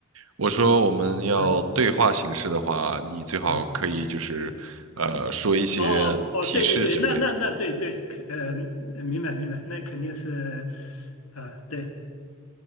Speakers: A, on the right; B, on the left.
A: 我说我们要对话形式的话，
B: 啊
A: 你最好可以就是呃说一些提示之类的。
B: 啊？哦哦哦，对对对，那那那对对，可呃明白明白，那肯定是呃对